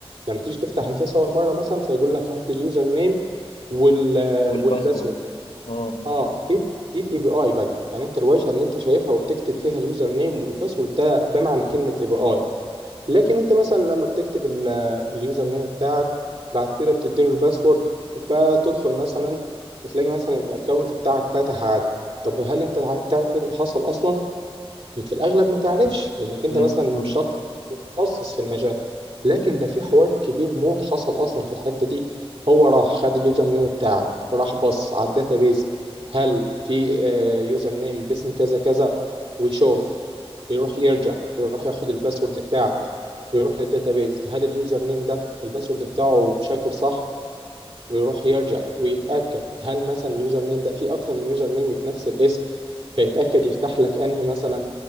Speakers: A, on the right (about 65°); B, on the left (about 80°).
A: لما تيجي تفتح الفيس اول مره مثلا فيقول لك هات لي اليوزر نيم وال
B: والباسورد
A: والباسورد
B: اه
A: اه دي دي الاي بي اي بقى يعني انت الواجهه اللي انت شايفها وبتكتب فيها اليوزر نيم والباسورد ده ده معنى كلمه اي بي اي لكن انت مثلا لما بتكتب ال- اليوزر نيم بتاعك بعد كده بتديله الباسورد فتدخل مثلا بتلاقي مثلا الاكونت بتاعك فتح عادي طب هل انت تع- تعرف ايه اللي حصل اصلا في الأغلب ما تعرفش لأنك أنت
B: لا
A: مثلا مش
B: اه
A: شخص متخصص في المجال لكن ده في حوار كبير موت حصل أصلا في الحتة دي هو راح خد اليوزر نيم بتاعك راح بص على الداتابيز هل في آه، يوزر نيم باسم كذا كذا ويشوف يروح يرجع يروح ياخد الباسورد بتاعك ويروح للداتابيز هل اليوزر نيم ده الباسورد بتاعه بشكل صح ويروح يرجع ويتأكد هل مثلا اليوزر نيم ده فيه أكتر من يوزر نيم بنفس الاسم فيتأكد يفتح لك أنهي مثلا